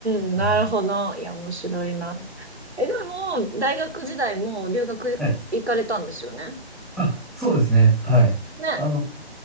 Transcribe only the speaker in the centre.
はい。
はいあ、そうですね。はい。
あの、